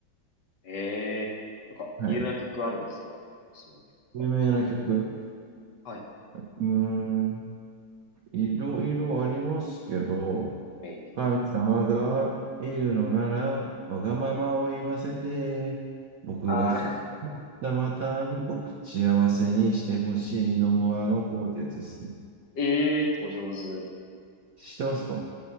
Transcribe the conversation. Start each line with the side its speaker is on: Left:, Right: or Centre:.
Left: ええ、なんか、
Right: はい。
Left: 有名な曲あるんですかおすすめの曲とか。
Right: 有名な曲。
Left: はい。
Right: うーん。いろいろありますけど、
Left: ええ、
Right: 神様がいるのなら、わがままを言わせて、僕が不
Left: ああ、
Right: じゃあまたあの子、幸せにしてほしいのもあの子ってやつですね。
Left: ええ、お上手。
Right: 知ってますか